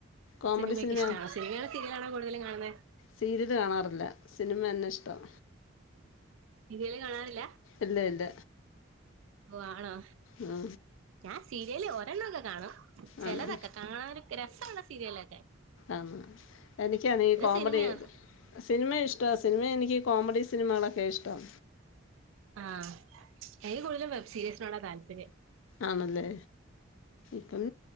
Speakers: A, on the left; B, on the right.
A: കോമഡി
B: സിനിമയൊക്കെ
A: സിനിമയാണ്
B: ഇഷ്ടണോ? സിനിമയാണോ സീരിയലണോ കൂടുതലും കാണുന്നെ?
A: സീരിയല് കാണാറില്ല സിനിമ തന്നെ ഇഷ്ടം.
B: സീരിയല് കാണാറില്ല?
A: ഇല്ല ഇല്ല.
B: ഓ ആണോ?
A: ഉം
B: ഞാൻ സീരിയല് ഒരണ്ണക്കെകാണും ചിലതൊക്കെ
A: ആണോ
B: കാണാനൊക്കെ രസഉള്ള സീരിയലൊക്കെ.
A: ആന്ന് എനിക്കാണെ ഈ
B: പിന്നെ
A: കോമഡി
B: സിനിമയാണ്
A: സിനിമ ഇഷ്ടാ സിനിമ എനിക്ക് കോമഡി സിനിമകളൊക്കെയാ ഇഷ്ടം.
B: ആഹ് എനിക്ക് കൂടുതലും വെബ് സീരീസിനോടാ താല്പര്യം.
A: ആണല്ലേ ഇപ്പം